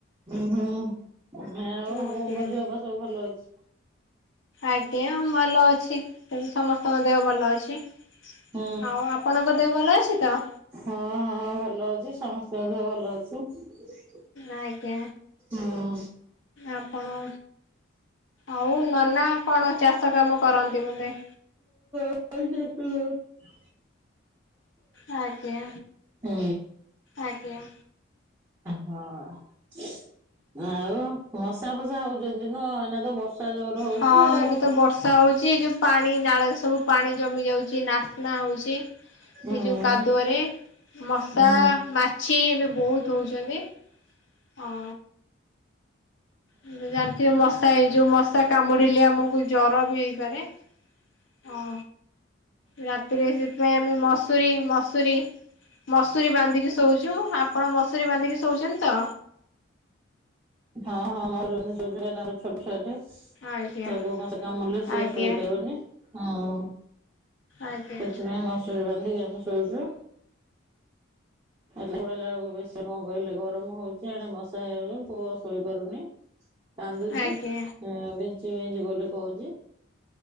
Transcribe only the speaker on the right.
ହୁଁ ହୁଁ ଆଉ
ବୋଉଙ୍କ ଦେହ ପା ସବୁ ଭଲ ଅଛି?
ହୁଁ
ହଁ ହଁ ଭଲ ଅଛି, ସମସ୍ତଙ୍କ ଦେହ ଭଲ ଅଛି।
ହୁଁ।
<unintelligible>
ହୁଁ।
ହଁ ଆଉ ମସା ଫସା ହଉଛନ୍ତିି ନୁହଁ ଏଇନା ତ ବର୍ଷ ବର୍ଷା ଜୋର ହଉଛି
ଆଉ।
ହୁଁ ହୁଁ
ହୁଁ
ହଁ ହଁ ମସୁରୀ ବାନ୍ଧିକି ଶୋଉଚୁ କାଇଁ ନା ଆମର ଛୋଟ ଛୁଆଟେ।
ତାକୁ ମଶା କାମୁଡିଲେ ସେ
ଶୋଇପାରିବନି, ହଁ।
ସେଥିପାଇଁ ମସୁରୀ ବାନ୍ଧିକି ଆମ ସୋଉଛୁ। ଆଖି ଖୋଲିଲା ବେଳକୁ ବେଶୀ କଣ କହିଲେ ଗରମ ହଉଛି ଆଣି ମଶା ହେଇଯନ ପୁଅ ଶୋଇପାରୁନି। କାନ୍ଦୁଛି।
ହଁ ବଞ୍ଚି ବିଞ୍ଚି ବୋଲି କହୁଛି,